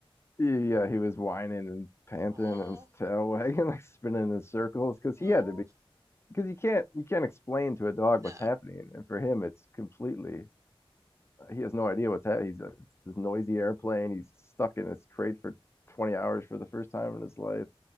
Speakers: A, on the left; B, on the right.
A: yeah. He was whining and panting
B: Oh,
A: and his tail <laughs> wagging, like spinning in circles, because
B: oh.
A: he had to be. Because you can't you can't explain to a dog
B: No.
A: what's happening, and for him it's completely. uh, He has no idea what's happening. He's a, this noisy airplane. He's stuck in his crate for 20 hours for the first time in his life.